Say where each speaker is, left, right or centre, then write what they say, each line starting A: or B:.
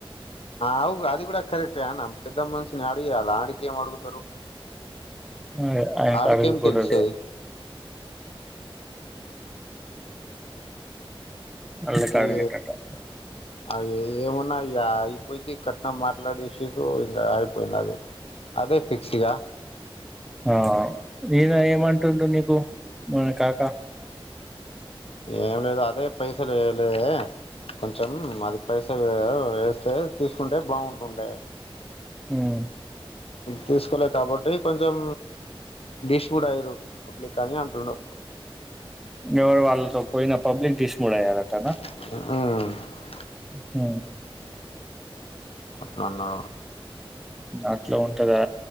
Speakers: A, on the left; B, in the centre.
A: అవుగు అది కూడా కరెక్ట్ నమ్ పెద్ద మనుషని అడిగ అలా ఆడికి అడుగుతారు
B: అ ఆయ
A: ఆడికేం
B: కాడకి కూడద
A: తెలుస్తుంది
B: అలా కడు
A: ఈ
B: కట్టత
A: అవి ఏమున్నాయ పోయిది కట్నం మాట్లాడసిరు ఇంకా అయిపోయింది అది అదే ఫిక్స్ ఇగ
B: ఆ మీనా ఏమంటుండు నీకు మ కాకా
A: ఏం లేదు అదే పైసలులే కొంచెం అది పైస వేస్తే తీసుకుంటే బాగుంటుండే
B: ఉమ్
A: తీసుకోలేదు కాబట్టి కొంచెం బీష్డ్ ఐరోపబ్లిక్ని అంటడు
B: ఎవరు వాళ్ళతో పోయిన పబ్లిక్ తీసుకున్నాడు <unintelligible>
A: ఉ
B: హ
A: అట్లానా
B: అట్లా ఉంటందా